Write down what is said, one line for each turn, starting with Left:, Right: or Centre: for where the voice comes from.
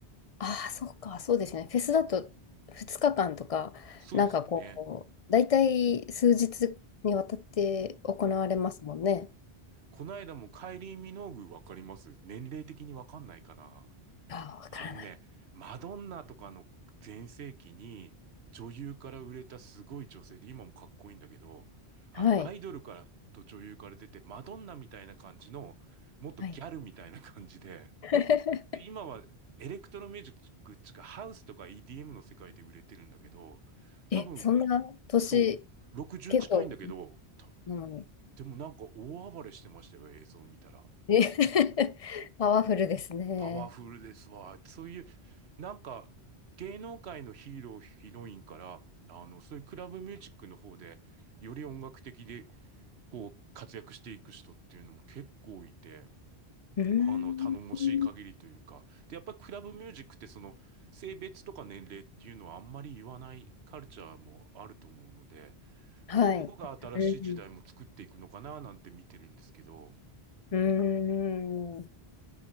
Left: ああ、そうか、そうですね。フェスだと2日間とか、
Right: うん、そうですよね。
Left: なんかこう、大体数日にわたって行われますもんね。
Right: ええ、ええ。この間もカイリー・ミノーグわかります年齢的にわかんないかな。
Left: ああ、わからない。
Right: あのね、マドンナとかの全盛期に女優から売れたすごい女性で、今もかっこいいんだけど、あの、
Left: はい。
Right: アイドルからと女優から出て、マドンナみたいな感じの、もっとギャルみたいな感じで、
Left: はい。<laughs>
Right: で、今はエレクトロミュージックっつうか、ハウスとか EDM の世界で売れてるんだけど、多分、
Left: え、そんな年、
Right: そう、60近いんだけど、
Left: 結構
Right: た
Left: なのに。
Right: でもなんか大暴れしてましたよ、映像見たら。
Left: え <laughs> パワフルですね。
Right: パワフルですわ。そういう、なんか、芸能界のヒーロー、ヒロインから、あの、そういうクラブミュージックの方で、より音楽的で、こう、活躍していく人っていうのも結構いて、
Left: うーん。
Right: あの、頼もしい限りというか。で、やっぱりクラブミュージックって、その、性別とか年齢っていうのはあんまり言わないカルチャーもあると思うので、
Left: はい。
Right: そういうとこが新しい時代も作っていくのかな、
Left: うん。
Right: なんて見てるんですけど。
Left: うーん。